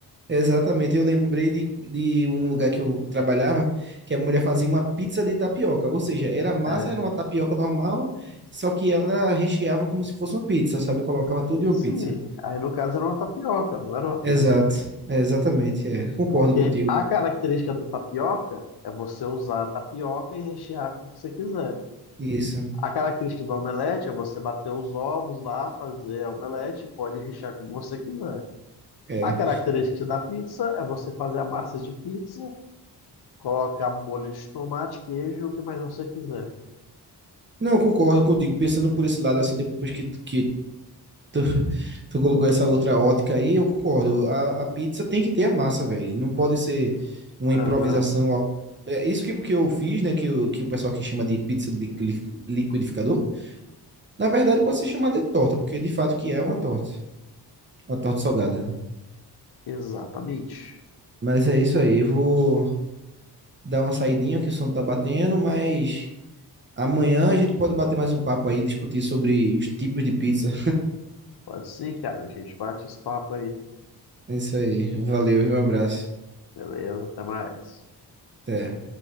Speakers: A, on the right (about 25°); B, on the left (about 65°).
A: Exatamente, eu lembrei de, de um lugar que eu trabalhava, que a mulher fazia uma pizza de tapioca, ou seja, era massa,
B: É,
A: era uma tapioca normal, só que ela recheava como se fosse uma pizza, sabe? Colocava tudo em uma
B: sim.
A: pizza.
B: Aí no caso era uma tapioca, não era uma pizza.
A: Exato, é, exatamente, é. Concordo
B: Porque
A: contigo.
B: a característica do tapioca é você usar a tapioca e rechear com o que você quiser.
A: Isso,
B: A característica do omelete é você bater os ovos lá, fazer a omelete, pode rechear como você quiser.
A: é.
B: A característica da pizza é você fazer a massa de pizza, colocar molho de tomate, queijo, o que mais você quiser.
A: Não, concordo contigo, pensando por esse lado, assim, depois que, que Tu, tu colocou essa outra ótica aí, eu concordo. A, a pizza tem que ter a massa, velho. Não pode ser uma
B: Aham,
A: improvisação. a- É isso que, que eu fiz, né? Que, o- que o pessoal aqui chama de pizza de liquif- liquidificador. Na verdade, pode ser chamada de torta, porque de fato que é uma torta. Uma torta salgada.
B: exatamente.
A: Mas é isso aí. Vou dar uma saidinha que o sono tá batendo, mas amanhã a gente pode bater mais um papo aí, discutir sobre os tipos de pizza.
B: Pode sim, cara. A gente bate esse papo aí.
A: É isso aí. Valeu, viu? Um abraço.
B: Beleza, até mais.
A: Até.